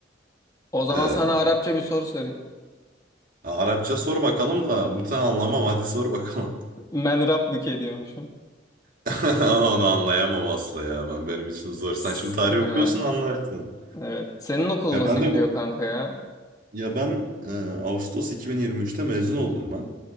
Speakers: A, on the left; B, on the right.
A: O zaman
B: Ee,
A: sana Arapça bir soru sorayım.
B: Arapça sor bakalım da muhtemelen anlamam. Hadi sor bakalım.
A: Ben Rabbike diyormuşum.
B: <laughs> Onu anlayamam asla ya. Ben benim için zor.
A: S-
B: Sen şimdi tarih
A: He.
B: okuyorsun anlarsın.
A: Evet. Senin okul
B: Ya
A: nasıl
B: ben
A: gidiyor
B: de bu
A: kanka ya?
B: ya ben e, Ağustos 2023'te mezun oldum ben.